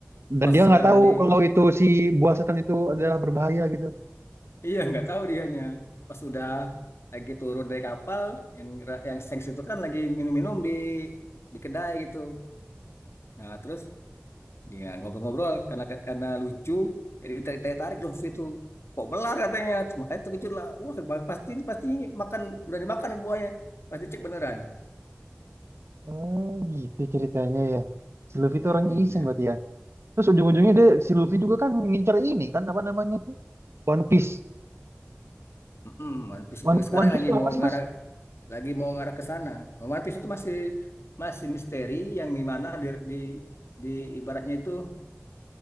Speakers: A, on the right (about 70°); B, on the left (about 70°).
A: Dan
B: pas
A: dia
B: sudah
A: nggak tahu
B: di
A: kalau itu si buah setan itu adalah berbahaya gitu.
B: <laughs> iya nggak tahu dianya pas sudah lagi turun dari kapal yang yang Shanks itu kan lagi minum-minum di di kedai gitu nah terus Dia ngobrol-ngobrol karena karena lucu, jadi tarik-tarik Luffy itu kok melar katanya, makanya terkejut lah. Wah, ba- pasti ini pasti makan berani makan nih buahnya, pasti cek beneran.
A: Oh gitu ceritanya ya. Si Luffy itu orangnya
B: Iya.
A: iseng berarti ya. Terus ujung-ujungnya dia si Luffy juga kan ngincer ini kan apa namanya tuh? One Piece.
B: Mm-mm, One Piece itu
A: One,
B: sekarang
A: One Piece
B: lagi
A: itu apa
B: mau
A: sih
B: ngarah
A: Mas?
B: lagi mau ngarah ke sana. One Piece itu masih masih misteri yang di mana di, di di ibaratnya itu